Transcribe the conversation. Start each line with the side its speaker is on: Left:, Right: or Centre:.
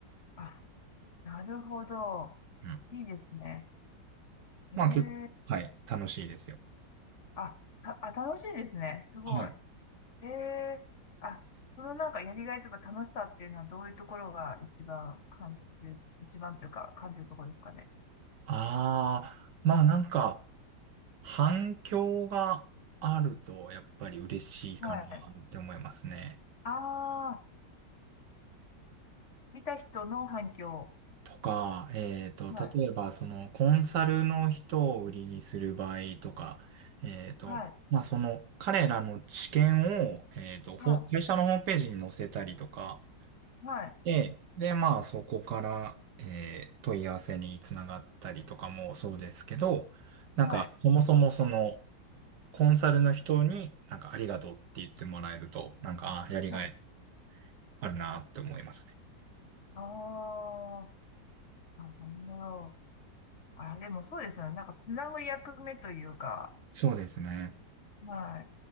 Left: あ、なるほど。
Right: うん
Left: いいですね。ええ
Right: まあ結構、はい、楽しいですよ。
Left: あ、た、あ、楽しいですね。すごい。
Right: はい。
Left: へえ。あ、そのなんかやりがいとか楽しさっていうのはどういうところが一番感じる、一番というか感じるところですかね。
Right: ああ、まあなんか、反響があると、やっぱり嬉しいかなって思いますね。
Left: はい。ああ、見た人の反響。
Right: とか、えっと、
Left: はい。
Right: 例えば、その、コンサルの人を売りにする場合とか、えっと、
Left: はい。
Right: まあその、彼らの知見を、えっと、ほ会社のホームページに載せたりとか、
Left: はい。はい。
Right: で、で、まあ、そこから、えー問い合わせにつながったりとかもそうですけど、なんか、
Left: はい。
Right: そもそもその、コンサルの人になんかありがとうって言ってもらえると、なんか、あ、やりがい
Left: はい。
Right: あるなって思いますね。
Left: あーあ、なるほど。あ、でもそうですよね。なんかつなぐ役目というか。
Right: そうですね。
Left: は